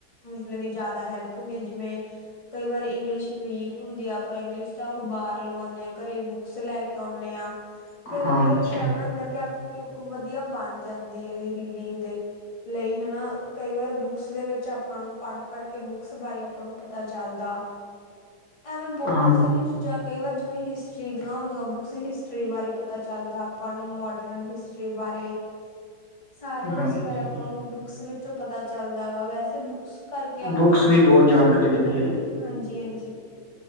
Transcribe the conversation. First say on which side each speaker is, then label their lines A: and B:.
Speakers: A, on the left (about 15°); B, on the left (about 50°).
A: ਮਤਲਬ ਕਿ ਜ਼ਿਆਦਾ ਹੈਲਪ ਹੁੰਦੀ ਜਿਵੇਂ ਕਈ ਵਾਰ ਇੰਗਲਿਸ਼ ਵੀਕ ਹੁੰਦੀ ਆ ਆਪਾਂ ਇੰਗਲਿਸ਼ ਦਾ ਅਖ਼ਬਾਰ ਲਵਾਉਂਨੇ ਹਾਂ ਘਰੇ ਬੁੱਕਸ ਲੈ ਕੇ ਕੇ ਆਉਂਨੇ ਆਂ। ਫੇਰ
B: ਹਾਂਜੀ
A: ਉਹਦੇ ਵਿੱਚ ਐਵੇਂ ਹੁੰਦਾ ਕਿ ਆਪਣੀ ਵਧੀਆ ਬਣ ਜਾਂਦੀ ਹੈ ਰੀਡਿੰਗ ਦੇ ਲਈ ਹੈਨਾ ਕਈ ਵਾਰ ਬੁਕਸ ਦੇ ਵਿਚ ਆਪਾਂ ਨੂੰ ਪੜ ਪੜ੍ਹ ਕੇ ਬੁਕਸ ਬਾਰੇ ਆਪਾਂ ਨੂੰ ਪਤਾ ਚਲਦਾ। ਐਵੇਂ ਬਹੁਤ
B: ਹਾਂ
A: ਸਾਰੀਆਂ ਚੀਜ਼ਾਂ ਕਈ ਵਾਰ ਜਿਵੇਂ ਹਿਸਟਰੀ ਦੀਆਂ ਹੁੰਦੀਆਂ ਬੁੱਕਸ ਹਿਸਟਰੀ ਬਾਰੇ ਪਤਾ ਚੱਲਦਾ ਆਪਾਂ ਨੂੰ ਮੋਡਰਨ ਹਿਸਟਰੀ ਬਾਰੇ। ਸਾਰੇ ਕੁਛੇ
B: ਹਾਂਜੀ
A: ਬਾਰੇ ਆਪਾਂ ਨੂੰ ਬੁਕਸ ਵਿੱਚ ਜੋ ਪਤਾ ਚੱਲਦਾ ਗਾ ਵੈਸੇ ਬੁੱਕਸ ਕਰਕੇ ਆਪਣਾ
B: ਬੁੱਕਸ
A: ਮਾਨਸਿਕ
B: ਵੀ ਬਹੁਤ ਜਾਣਕਾਰੀ
A: ਸੰਤੁਲਿਤ
B: ਦਿੰਦੀਆਂ
A: ਵੀ
B: ਜੀ,
A: ਹਾਂਜੀ ਹਾਂਜੀ।